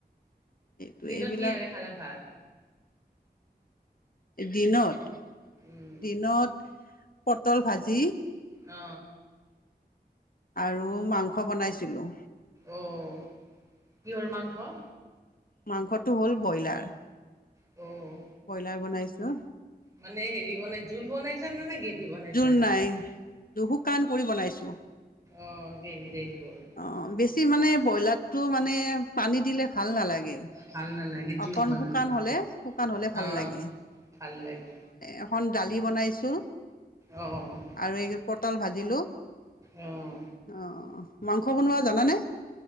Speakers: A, on the left; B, on the right.
A: এইটো
B: দিনত
A: এইবিলাক
B: কিহেৰে খালা ভাত?
A: দিনত
B: উম,
A: দিনত পটল ভাজি।
B: অ।
A: আৰু মাংস বনাইছিলোঁ।
B: অঁ কিহৰ মাংস?
A: মাংসটো হ'ল ব্ৰইলাৰ।
B: অঁ।
A: ব্ৰইলাৰ বনাইছো।
B: মানে হেৰি বনাই জোল বনাইছা নে নে গ্ৰেভী বনাইছা?
A: জোল নাই শুকান কৰি বনাইছোঁ।
B: অঁ গ্ৰভি টাইপৰে।
A: অঁ বেছি মানে ব্ৰইলাৰটো মানে পানী দিলে ভাল নালাগে।
B: ভাল নালাগে। জোল
A: অকণ
B: বনালে।
A: শুকান হলে শুকান হলে ভাল
B: অ',
A: লাগে।
B: ভাল লাগে
A: এইখন দালি বনাইছোঁ
B: অ',
A: আৰু এই পটল ভাজিলোঁ।
B: অ',
A: আহ। মাংস বনোৱা জানানে?